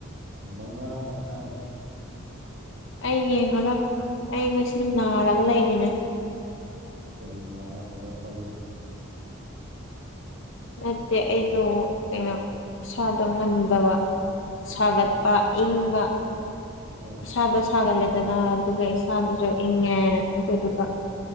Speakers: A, on the right (about 65°); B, on the left (about 65°).
A: ꯃꯉꯥ ꯃꯈꯥꯏ
B: ꯑꯩ ꯌꯦꯡꯉꯔꯣꯏ ꯑꯩ ꯉꯁꯤ ꯅꯥꯔꯒ ꯂꯩꯔꯤꯅꯦ
A: ꯀꯔꯤ ꯅꯥꯕ ꯍꯧꯔꯛꯄꯒꯤ
B: ꯅꯠꯇꯦ ꯑꯩꯗꯣ ꯀꯩꯅꯣ ꯏꯁꯥꯗꯣ ꯉꯝꯗꯕ ꯁꯥꯒꯠꯄ
A: ꯍꯥ
B: ꯏꯪꯕ
A: ꯑꯣ
B: ꯏꯁꯥꯗ ꯁꯥꯒꯠꯂꯦꯗꯅ ꯑꯗꯨꯒ ꯏꯁꯥꯗꯨꯁꯨ ꯏꯪꯉꯦ ꯑꯗꯨꯗꯨꯒ